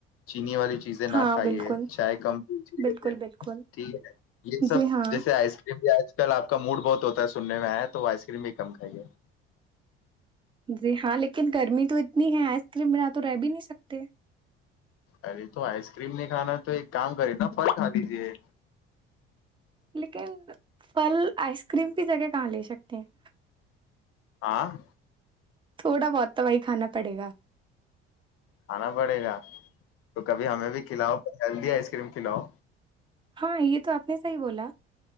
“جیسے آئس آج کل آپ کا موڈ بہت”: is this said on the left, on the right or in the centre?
Left